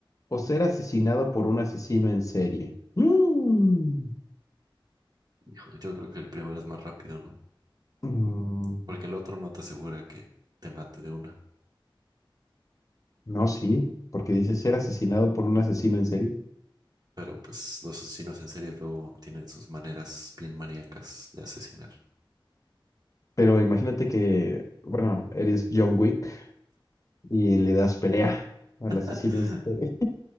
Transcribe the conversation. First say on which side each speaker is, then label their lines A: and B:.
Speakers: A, on the left; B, on the right.
A: o ser asesinado por un asesino en serie? Mm.
B: Híjole, yo creo que el primero es más rápido, ¿no?
A: Mm,
B: Mm, Porque el otro no te asegura que te mate de una.
A: no, sí, porque dice ser asesinado por un asesino en serie.
B: Pero pues los asesinos en serie luego tienen sus maneras bien maníacas de asesinar.
A: Pero imagínate que, bueno, eres John Wick y le das pelea al
B: <laughs>
A: asesino en serie